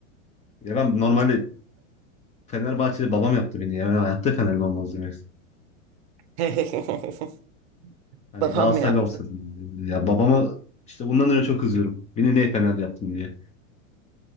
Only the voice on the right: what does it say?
Çok.
<laughs>
Babam
mı yaptı?